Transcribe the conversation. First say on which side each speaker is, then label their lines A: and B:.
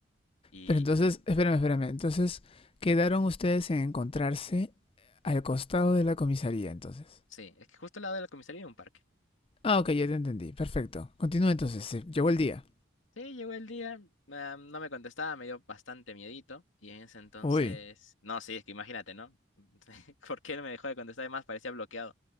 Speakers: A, on the left; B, on the left.
A: Y
B: Pero entonces, espérame, espérame. Entonces, quedaron ustedes en encontrarse al costado de la comisaría, entonces.
A: sí, es que justo al lado de la comisaría hay un parque.
B: Ah, ok, ya te entendí. Perfecto. Continúa entonces. Se llegó el día.
A: Sí, llegó el día, ah, no me contestaba, me dio bastante miedito, y en ese entonces,
B: Uy,
A: no, sí, es que imagínate, ¿no? <laughs> ¿Por qué no me dejó de contestar? Además, parecía bloqueado.